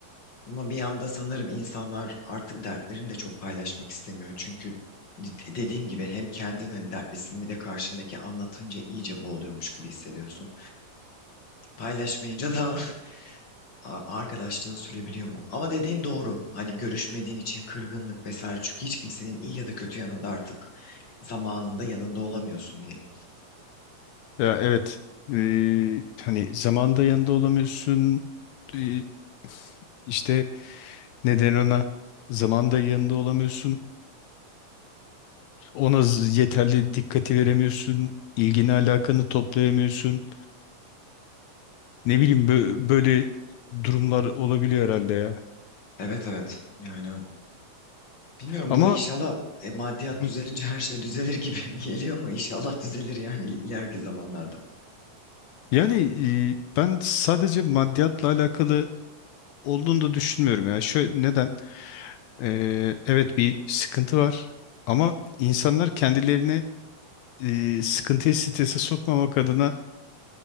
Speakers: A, on the left; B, on the left.
A: Ama bir yanda sanırım insanlar artık dertlerini de çok paylaşmak istemiyor. Çünkü d- dediğim gibi hem kendin hani dertlisin bir de karşındaki anlatınca iyice boğuluyormuş gibi hissediyorsun. Paylaşmayınca da <laughs> a- arkadaşlığın sürebiliyor mu? Ama dediğin doğru. Hani görüşmediğin için kırgınlık vesaire. Çünkü hiç kimsenin iyi ya da kötü yanında artık zamanında yanında olamıyorsun diyelim.
B: Ya evet. Ee, hani zamanda yanında olamıyorsun. Ee, işte neden ona zamanda yanında olamıyorsun. Ona z- yeterli dikkati veremiyorsun. ilgini alakanı toplayamıyorsun. Ne bileyim bö- böyle durumlar olabiliyor herhalde ya.
A: Evet evet yani. Bilmiyorum
B: Ama
A: bu inşallah e, maddiyat
B: hı,
A: düzelince her şey düzelir gibi <laughs> geliyor ama inşallah düzelir yani il- ileriki zamanlarda.
B: yani e, ben sadece maddiyatla alakalı olduğunu da düşünmüyorum ya. Şöyle neden? Ee, evet bir sıkıntı var ama insanlar kendilerine e, sıkıntıyı strese sokmamak adına